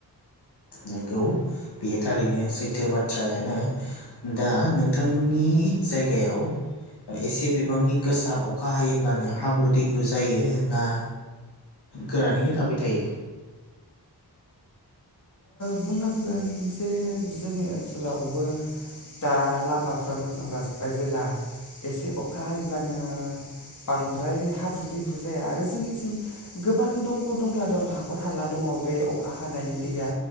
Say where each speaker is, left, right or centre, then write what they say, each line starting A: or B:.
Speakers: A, on the left; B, on the left.
A: नंगौ बे थारैनो सैथो बाथ्रायानो दा नोंथांमोननि जायगायाव एसे बिबांनि गोसा अखा हायोब्लानो हाब्रु दैब्रु जायो ना गोरानैनो थाबाय थायो।
B: बुंनांगोन जे जोंनि ओनसोलावबो दा लामाफ्रा मोजां जाजोब्बाय जेला एसे अखा हायोब्लानो बांद्राय हाब्रु दैब्रु जाया आरो जोंनिथिं गोबां दंग' दंला दं हाखर हाला दंङो बे अखा हानायनि दैया